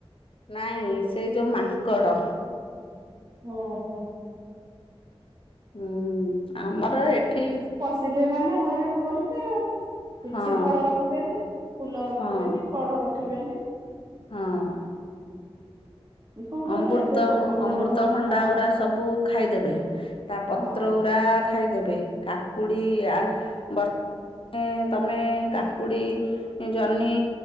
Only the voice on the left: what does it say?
ନାଇଁ ସେଇ ଯଉ ମାଙ୍କଡ଼
ହୁଁ ଆମର ଏଠି
ହଁ
ହଁ
ହଁ।
ଆମ୍ବୁରତ
ଅମୃତ ଭଣ୍ଡା
ଗୁରା ସବୁ ଖାଇଦେବେ ତା ପତ୍ର
ଉରା ଖାଇଦେବେ କାକୁଡି ଆ ବ ଏ - ତମେ କାକୁଡି ଜହ୍ନି